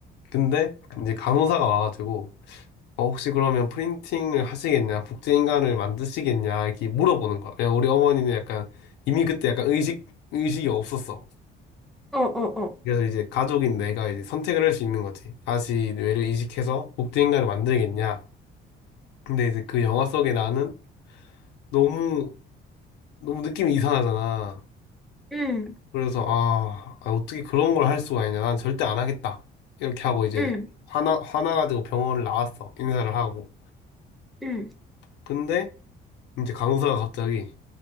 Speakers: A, on the left; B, in the centre.
A: 근데 이제 간호사가 와가지고, 어, 혹시 그러면 프린팅을 하시겠냐? 복제인간을 만드시겠냐? 이렇게 물어보는 거야. 왜냐 우리 어머니는 약간, 이미 그때 약간 의식, 의식이 없었어.
B: 어, 어, 어,
A: 그래서 이제 가족인 내가 이제 선택을 할 수 있는 거지. 다시 뇌를 이식해서 복제인간을 만들겠냐? 근데 이제 그 영화 속에 나는 너무 너무 느낌이 이상하잖아.
B: 응,
A: 그래서 아, 아, 어떻게 그런 걸 할 수가 있냐. 난 절대 안 하겠다. 이렇게 하고 이제
B: 응,
A: 화나 화나가지고 병원을 나왔어. 인사를 하고.
B: 응,
A: 근데 이제 간호사가 갑자기